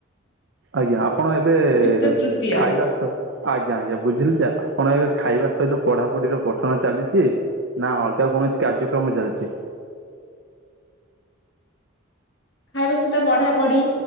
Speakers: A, on the right; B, on the left.
A: ଆଜ୍ଞା ଆପଣ ଏବେ
B: ଯୁକ୍ତ ତୃତୀୟ
A: ଖାଇବା ଆଜ୍ଞା ଆଜ୍ଞା ବୁଝିଲି ଯେ ଆପଣ ଏ ଖାଇବା ସହିତ ପଢାପଢିର ପଠନ ଚାଲିଛି। ନା ଅଲଗା କୌଣସି କାର୍ଯ୍ୟକ୍ରମ ଚାଲିଛି।
B: ଖାଇବା ସହିତ ପଢା ପଢି